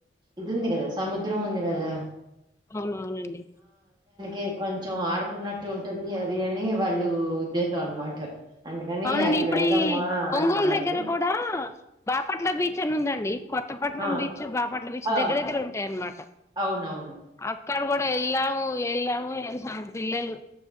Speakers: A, on the right (about 25°); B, on the left (about 15°).
A: ఇదుంది కదా సముద్రం ఉంది కదా
B: అవునవునండి
A: ది కొంచెం ఆడుకున్నట్టు ఉంటది <unintelligible> అని వాళ్ళు ఉద్దేశం అనమాట అందుకని
B: అవునండి
A: అటు
B: ఇప్పుడు
A: వెళ్దామ్మా
B: ఈ ఒంగోలు
A: అంటున్నారు
B: దగ్గర కూడా బాపట్ల బీచ్ అనుందండి కొత్తపట్నం
A: ఆ
B: బీచ్ బాపట్ల బీచ్
A: ఆ
B: దగ్గర దగ్గర ఉంటాయ్ అన్నమాట
A: అవునవును
B: అక్కడ కూడా వెళ్ళాము వెళ్ళాము <unintelligible> పిల్లలు